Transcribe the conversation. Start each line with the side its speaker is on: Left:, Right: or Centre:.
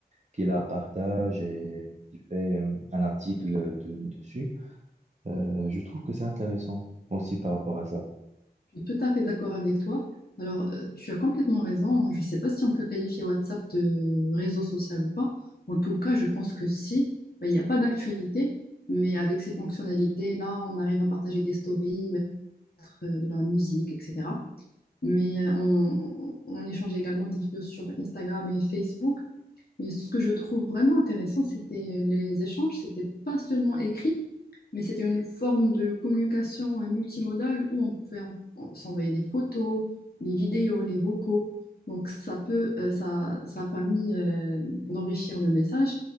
Right: qui la partage et qui fait euh, un article de- dessus. Euh, je trouve que c'est intéressant aussi par rapport à ça.
Left: je suis tout à fait d'accord avec toi. Alors, euh, tu as complètement raison. Je ne sais pas si on peut qualifier WhatsApp de réseau social ou pas. En tout cas, je pense que si, ben, il n'y a pas d'actualité. Mais avec ces fonctionnalités-là, on arrive à partager des stories, mettre euh, de la musique, etc. Mais euh, on, on échangeait également des vidéos sur Instagram et Facebook. Mais ce que je trouve vraiment intéressant, c'était euh, les échanges. C'était pas seulement écrit, mais c'était une forme de communication euh, multimodale où on pouvait en- en- s'envoyer des photos, des vidéos, les vocaux. Donc ça peut, euh, ça, ça a permis euh, d'enrichir le message.